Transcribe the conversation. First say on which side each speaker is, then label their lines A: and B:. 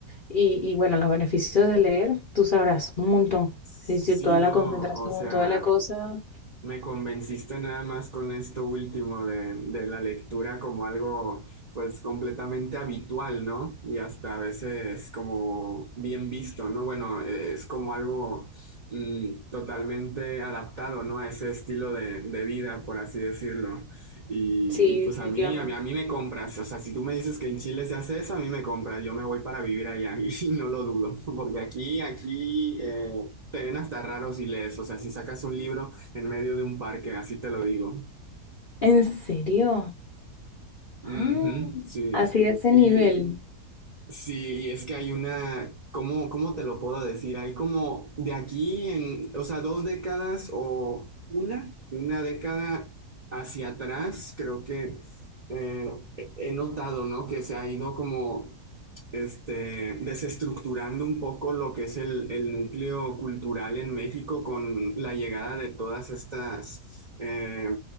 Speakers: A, on the left; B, on the right.
A: Y, y bueno, los beneficios de leer, tú sabrás, un montón.
B: Sí,
A: Sí, sí, toda
B: no,
A: la concentración,
B: o sea.
A: toda la cosa.
B: Me convenciste nada más con esto último de, de la lectura como algo pues completamente habitual, ¿no? Y hasta a veces como bien visto, ¿no? Bueno, eh, es como algo mm, totalmente adaptado, ¿no? A ese estilo de, de vida, por así decirlo. Y,
A: Sí,
B: y pues
A: definitivamente.
B: a mí, a mí, a mí me compras. O sea, si tú me dices que en Chile se hace eso, a mí me compras. Yo me voy para vivir allá <laughs> y no lo dudo, porque aquí, aquí... eh, Te ven hasta raro si lees, o sea, si sacas un libro en medio de un parque, así te lo digo.
A: ¿En serio?
B: Ujú,
A: Ah,
B: sí.
A: así de ese
B: Y
A: nivel.
B: sí, y es que hay una, ¿cómo, cómo te lo puedo decir? Hay como de aquí en, o sea, dos décadas o una, una década hacia atrás, creo que eh, he he notado, ¿no? Que se ha ido como este, desestructurando un poco lo que es el, el núcleo cultural en México con la llegada de todas estas eh,